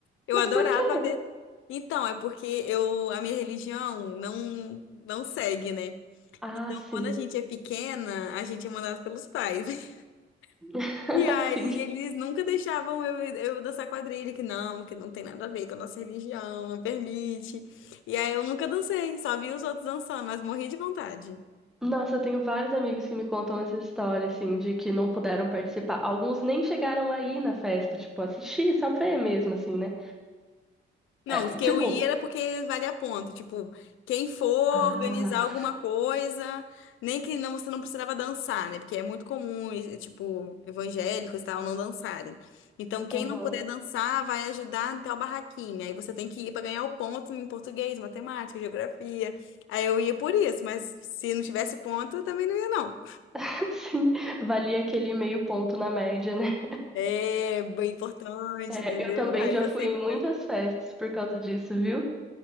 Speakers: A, on the left (about 85°); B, in the centre.
A: Eu
B: Mas
A: adorava
B: por quê?
A: ver. Então, é porque eu, a minha religião não, não segue, né?
B: Ah,
A: Então,
B: sim.
A: quando a gente é pequena, a gente é mandado pelos pais. <laughs>
B: <laughs>
A: E aí,
B: Sim.
A: eles nunca deixavam eu, eu dançar quadrilha, que não, que não tem nada a ver com a nossa religião, não permite. E aí, eu nunca dancei, só vi os outros dançando, mas morri de vontade.
B: Nossa, eu tenho vários amigos que me contam essa história, assim, de que não puderam participar. Alguns nem chegaram aí na festa, tipo, assistir, só ver mesmo, assim, né?
A: Não,
B: É,
A: os que
B: tipo,
A: eu ia era porque valia ponto. Tipo, quem for
B: ah,
A: organizar alguma coisa, nem que não, você não precisava dançar, né? Porque é muito comum, e, tipo, evangélicos e tal, não dançarem. Então, quem
B: aham.
A: não puder dançar vai ajudar em tal barraquinha. Aí você tem que ir para ganhar o ponto em português, matemática, geografia. Aí eu ia por isso, mas se não tivesse ponto, eu também não ia, não.
B: <laughs> Sim, valia aquele meio ponto na média, né?
A: É bem importante,
B: É,
A: entendeu?
B: eu também
A: Aí
B: já
A: eu
B: fui
A: sempre.
B: em muitas
A: faço.
B: festas por causa disso, viu?